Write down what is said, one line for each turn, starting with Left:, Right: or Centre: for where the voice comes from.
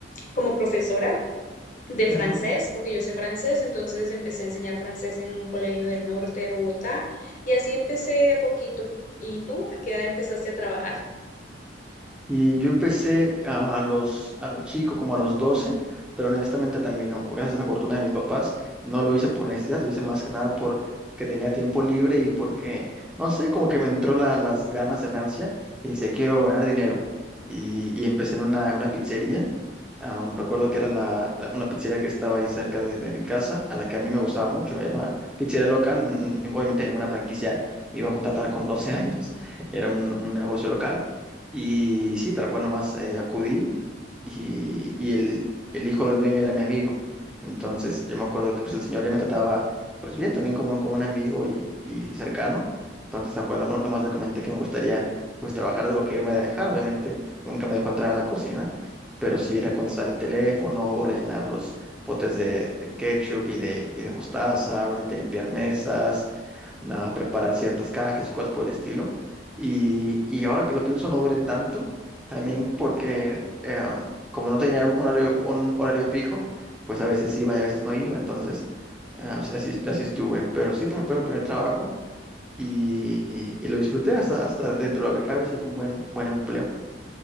Left: como profesora de
Centre: ujú.
Left: francés, porque yo sé francés, entonces empecé a enseñar francés en un colegio del norte de Bogotá y así empecé de a poquito. ¿Y tú a qué edad empezaste a trabajar?
Centre: Y yo empecé a los, a los chicos, como a los doce pero honestamente también, o- gracias a la fortuna de mis papás, no lo hice por necesidad, lo hice más que nada porque tenía tiempo libre y porque, no sé, como que me entró la- las ganas, el ansia, y decía, quiero ganar dinero. Y, y empecé en una, una pizzería. am, recuerdo que era la, la- una pizzería que estaba ahí cerca de, de mi casa, a la que a mí me gustaba mucho. Era una pizzería local, n- n- obviamente ninguna franquicia me iba a contratar con 12 <laughs> años, era un un negocio local. Y sí, tal cual nomás eh, acudí y, y el, el hijo del dueño era mi amigo. Entonces yo me acuerdo que pues, el señor ya me trataba pues bien, también como, un- como un amigo y, y cercano. Entonces tal cual nom- nomás le comenté que me gustaría pues trabajar de lo que él me dejara. Obviamente nunca me dejó entrar a la cocina, pero sí era contestar el teléfono o rellenar los potes de, de ketchup y de, y de mostaza, obviamente limpiar mesas a preparar ciertas cajas y cosas por el estilo. Y, y ahora que lo pienso, no duré tanto, también porque eh, como no tenía un horario, un horario fijo, pues a veces iba y a veces no iba, entonces eh, así, así así estuve. Pero sí fue mi, fue mi primer trabajo y, y- y lo disfruté hasta, hasta dentro de lo que cabe, sí fue un buen, buen empleo.